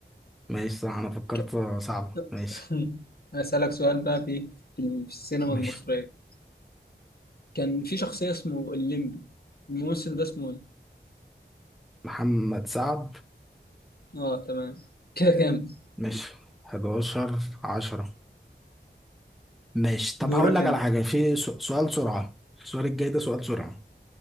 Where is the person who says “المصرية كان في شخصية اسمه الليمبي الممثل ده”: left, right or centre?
Left